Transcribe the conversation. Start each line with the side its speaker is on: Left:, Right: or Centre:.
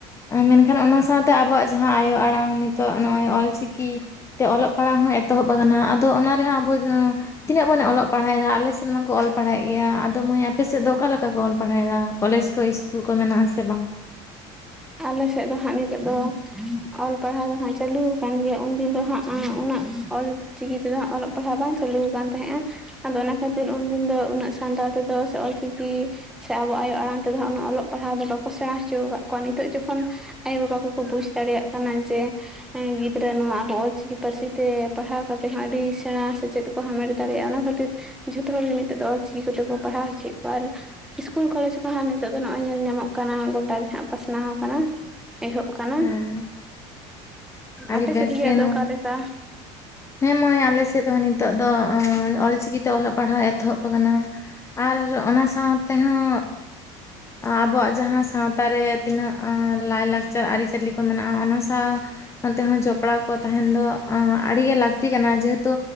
Left: ᱢᱮᱱ ᱠᱷᱟᱱ ᱚᱱᱟ ᱥᱟᱶ ᱛᱮ ᱟᱵᱚᱣᱟᱜᱼᱼ ᱡᱟᱦᱟᱸ ᱟᱭᱳ ᱟᱲᱟᱝ ᱱᱤᱛᱚᱜ ᱱᱚᱜᱼᱚᱭ ᱚᱞᱪᱤᱠᱤ ᱛᱮ ᱚᱞᱚᱜ ᱯᱟᱲᱦᱟᱣ ᱦᱚᱸ ᱮᱛᱚᱦᱚᱵ ᱟᱠᱟᱱᱟ <unintelligible> ᱛᱚ ᱚᱱᱟ ᱨᱮ ᱦᱚᱸ ᱟᱵᱚ ᱛᱤᱱᱟᱹᱜ ᱵᱚᱱ ᱚᱞᱚᱜ ᱯᱟᱲᱦᱟᱣ ᱮᱫᱟ ᱟᱞᱮ ᱥᱮᱫ ᱢᱟᱠᱚ ᱚᱞ <unintelligible> ᱯᱟᱲᱦᱟᱜ ᱜᱮᱭᱟ ᱟᱫᱚ ᱢᱟᱹᱭ ᱟᱯᱮ ᱥᱮᱫ ᱫᱚ ᱚᱠᱟ ᱞᱮᱠᱟ ᱠᱚ ᱚᱞ ᱯᱟᱲᱦᱟᱣ ᱮᱫᱟ ᱠᱚᱞᱮᱡᱽ ᱠᱚ ᱤᱥᱠᱩᱞ ᱠᱚ ᱢᱮᱱᱟᱜ-ᱟ ᱥᱮ ᱵᱟᱝ
Centre: ᱟᱞᱮ ᱥᱮᱫ ᱫᱚ ᱦᱟᱸᱜ ᱱᱤᱛᱳᱜ ᱫᱚ ᱚᱞ ᱯᱟᱲᱦᱟᱣ ᱫᱚ ᱦᱟᱸᱜ ᱪᱟᱹᱞᱩᱼᱼ ᱠᱟᱱ ᱜᱮᱭᱟ ᱩᱱᱫᱤᱱ ᱫᱚ ᱦᱟᱸᱜ ᱩᱱᱟᱹᱜ ᱚᱞ ᱪᱤᱠᱤ ᱛᱮ ᱫᱚ ᱚᱞᱚᱜ ᱯᱟᱲᱦᱟᱜ ᱵᱟᱝ ᱪᱟᱹᱞᱩ ᱟᱠᱟᱱ ᱛᱟᱦᱮᱸᱫᱼᱟ ᱟᱫᱚ ᱚᱱᱟ ᱠᱷᱟᱹᱛᱤᱨ ᱩᱱ ᱫᱤᱱ ᱫᱚ ᱩᱱᱟᱹᱜ ᱥᱟᱱᱛᱟᱲ ᱛᱮᱫᱚ ᱥᱮ ᱚᱞᱪᱤᱠᱤᱼᱼ ᱥᱮ ᱟᱵᱚ ᱟᱭᱳ ᱟᱲᱟᱝ ᱛᱮ ᱫᱚ ᱦᱟᱸᱜ ᱩᱱᱟᱹᱜ ᱚᱞᱚᱜ ᱯᱟᱲᱦᱟᱣ ᱫᱚ ᱵᱟᱠᱚ ᱥᱮᱬᱟ ᱦᱚᱪᱚ ᱟᱠᱟᱫ ᱠᱚᱣᱟ ᱱᱤᱛᱼᱼ ᱱᱤᱛᱚᱜ ᱡᱚᱠᱷᱚᱱ ᱟᱭᱳ ᱵᱟᱵᱟ ᱠᱚᱠᱚ ᱵᱩᱡᱽ ᱫᱟᱲᱮᱭᱟᱜ ᱠᱟᱱᱟ ᱡᱮ, ᱜᱤᱫᱽᱨᱟᱹ ᱱᱚᱣᱟ ᱟᱵᱚ ᱚᱞᱪᱤᱠᱤ ᱯᱟᱹᱨᱥᱤ ᱛᱮ ᱯᱟᱲᱦᱟᱣ ᱠᱟᱛᱮᱫ ᱦᱚᱸ ᱟᱹᱰᱤ ᱥᱮᱬᱟ ᱥᱮᱪᱮᱫᱼᱼ ᱦᱟᱢᱮᱴ ᱫᱟᱲᱮᱭᱟᱜᱼᱟ ᱚᱱᱟ ᱠᱷᱟᱹᱛᱤᱨ ᱡᱷᱚᱛᱚ ᱦᱚᱲ ᱜᱮ ᱱᱤᱛᱚᱜ ᱫᱚ ᱚᱞᱪᱤᱠᱤ ᱠᱚᱛᱮ ᱠᱚ ᱯᱟᱲᱦᱟᱣ ᱦᱚᱪᱚᱭᱮᱫ ᱠᱚᱣᱟ ᱟᱨᱼᱼ ᱤᱥᱠᱩᱞ ᱠᱚᱞᱮᱡᱽ ᱠᱚᱦᱚᱸ ᱱᱤᱛᱚᱜ ᱫᱚ ᱱᱚᱜᱼᱚᱭ ᱧᱮᱞ ᱧᱟᱢᱚᱜ ᱠᱟᱱᱟ ᱜᱚᱴᱟ ᱜᱮ ᱦᱟᱸᱜ ᱯᱟᱥᱮᱼᱼ ᱯᱟᱥᱱᱟᱣ ᱟᱠᱟᱱᱟ ᱮᱦᱚᱵ ᱟᱠᱟᱱᱟ
Left: ᱦᱮᱸ ᱟᱹᱰᱤ
Centre: ᱟᱯᱮ
Left: ᱵᱮᱥ
Centre: ᱥᱮᱫ ᱜᱮ ᱟᱫᱚ
Left: ᱱᱚᱣᱟ
Centre: ᱚᱠᱟ ᱞᱮᱠᱟᱼᱼ ᱛᱟ
Left: ᱦᱮᱸ ᱢᱟᱹᱭ ᱟᱞᱮ ᱥᱮᱫ ᱦᱚᱸ ᱱᱤᱛᱚᱜ ᱫᱚ ᱚᱞᱪᱤᱠᱤ ᱛᱮ ᱚᱞᱚᱜ ᱯᱟᱲᱦᱟᱣ ᱮᱛᱚᱦᱚᱵ ᱟᱠᱟᱱᱟ᱾ ᱟᱨ ᱚᱱᱟ ᱥᱟᱶ ᱛᱮᱦᱚᱸ ᱟᱵᱚᱣᱟᱜ ᱡᱟᱦᱟᱸ ᱥᱟᱶᱼᱼ ᱥᱟᱶᱛᱟ ᱨᱮ ᱛᱤᱱᱟᱹᱜ ᱞᱟᱭᱼᱞᱟᱠᱪᱟᱨ ᱟᱹᱨᱤᱪᱟᱹᱞᱤ ᱠᱚ ᱢᱮᱱᱟᱜᱼᱟ ᱚᱱᱟ ᱥᱟᱶᱼᱼ ᱚᱱᱛᱮ ᱦᱚᱸ ᱡᱚᱯᱲᱟᱣ ᱠᱚ ᱛᱟᱦᱮᱱ ᱫᱚ ᱟᱹᱰᱤ ᱜᱮ ᱞᱟᱠᱼᱼ ᱞᱟᱹᱠᱛᱤ ᱠᱟᱱᱟ ᱡᱮᱦᱩᱛᱩ